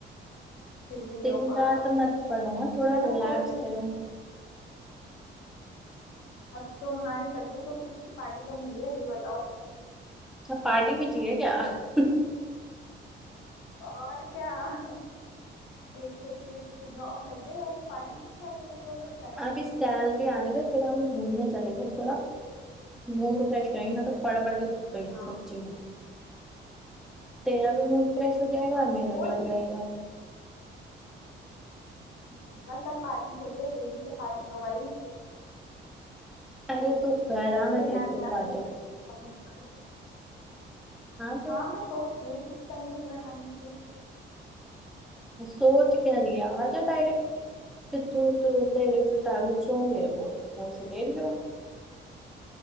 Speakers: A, on the left; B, in the centre.
A: फिर भी नहीं
B: दिन
A: हो पा
B: रात
A: रहा
B: मत पढ़ो ना थोड़ा
A: चलो
B: रिलैक्स
A: कोई नहीं
B: रहो
A: अब तुम्हारी लग गई तो उस चीज की पार्टी कब मिली है ये बताओ
B: अच्छा, पार्टी भी चाहिए क्या <laughs>
A: और क्या <laughs> एक से इतनी अच्छी जॉब लग गई और पार्टी नहीं की ऐसा कैसे हो सकता है
B: अभी सैलरी आने का फिर हम घूमने चलेंगे थोड़ा मूड फ्रेश करेंगे मैं तो पढ़ पढ़ के थक गई थी
A: हाँ
B: सच्ची में तेरा भी मूड फ्रेश
A: अच्छा,
B: हो जाएगा और मेरा
A: कोई
B: भी हो
A: नहीं
B: जाएगा
A: हम्म, बस अब पार्टी चाहिए जल्दी से पार्टी दो भाई फिर
B: अरे तू घर आ मैं
A: फिर
B: देती
A: मैं अभी
B: हूँ
A: बैक
B: बातें
A: टू स्टडी दोबारा से
B: हाँ तो
A: हाँ मैं सोच रही हूँ कुछ टाइम में घर आने की
B: अ, सोच क्या लिया आ जा डायरेक्ट कि तू तू तेरे जो डाउट्स होंगे वो वो से ले लियो